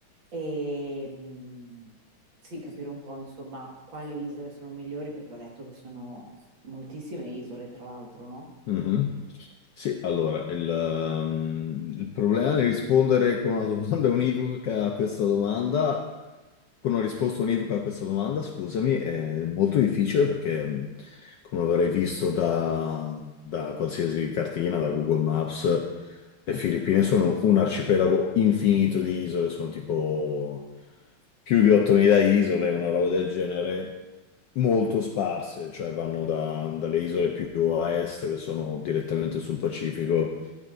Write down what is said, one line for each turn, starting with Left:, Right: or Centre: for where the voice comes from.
Right: e mh, sì, capire un po', insomma, quali isole sono migliori, perché ho letto che sono moltissime isole, tra l'altro, no?
Left: Mhm. Sì, allora, il, ehm, il problema di rispondere con una domanda <laughs> univoca a questa domanda, con una risposta univoca a questa domanda, scusami, è molto difficile perché, mh, come avrei visto da, da qualsiasi cartina, da Google Maps, le Filippine sono un arcipelago infinito di isole, sono tipo più di 8.000 isole, una roba del genere, molto sparse, cioè vanno da- dalle isole più a est, che sono direttamente sul Pacifico,